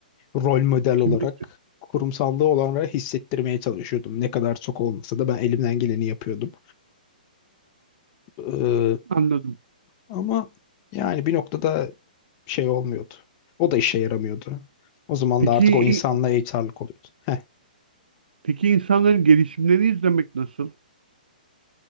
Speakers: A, on the left; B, on the right.
A: rol model
B: Kimlik
A: olarak kurumsallığı olanlara hissettirmeye çalışıyordum. Ne kadar çok olmasa da ben elimden geleni yapıyordum. Ee,
B: anladım.
A: ama yani bir noktada şey olmuyordu. O da işe yaramıyordu. O zaman
B: Peki
A: da artık o insanla HR'lık oluyordu. Heh.
B: peki insanların gelişimlerini izlemek nasıl?